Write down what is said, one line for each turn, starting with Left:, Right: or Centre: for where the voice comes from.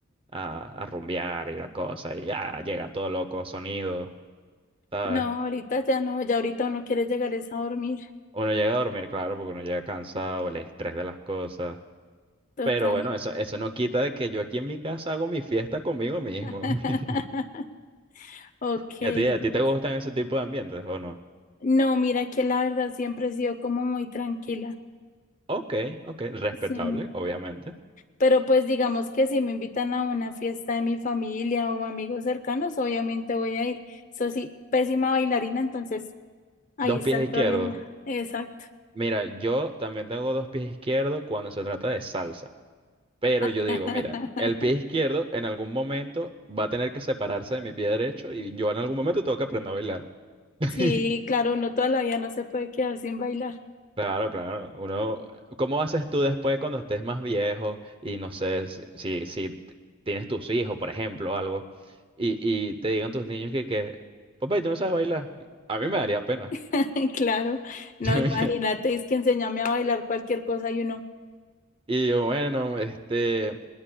Right: a, a rumbear y la cosa, y ya llega todo loco, sonido, ¿sabes?
Left: No, ahorita ya no, ya ahorita uno quiere llegar es a dormir,
Right: Uno llega a dormir, claro, porque uno llega cansado, el estrés de las cosas.
Left: total.
Right: Pero bueno, eso, eso no quita de que yo aquí en mi casa hago mi fiesta conmigo mismo.
Left: <laughs>
Right: <laughs>
Left: Ok.
Right: ¿Y
Left: Entonces,
Right: a ti, a ti te gustan ese tipo de ambientes o no?
Left: No, mira que la verdad siempre he sido como muy tranquila.
Right: Ok, ok, respetable,
Left: Sí.
Right: obviamente.
Left: Pero pues digamos que si me invitan a una fiesta de mi familia o amigos cercanos, obviamente voy a ir. Eso sí, pésima bailarina, entonces ahí
Right: Dos
Left: está
Right: pies
Left: el
Right: izquierdos.
Left: problema. Exacto.
Right: Mira, yo también tengo dos pies izquierdos cuando se trata de salsa. Pero
Left: <laughs>
Right: yo digo, mira, el pie izquierdo en algún momento va a tener que separarse de mi pie derecho y yo en algún momento tengo que aprender a bailar. <laughs>
Left: Sí, claro, uno toda la vida no se puede quedar sin bailar.
Right: Claro, claro. Uno, ¿cómo haces tú después cuando estés más viejo y no sé si, si, si t- tienes tus hijos, por ejemplo, o algo, y, y te digan tus niños que, que, papá, ¿y tú no sabes bailar? A mí me daría pena.
Left: <laughs> Claro, no,
Right: <laughs>
Left: imagínate, es que enséñame a bailar cualquier cosa y uno.
Right: Y yo, bueno, este,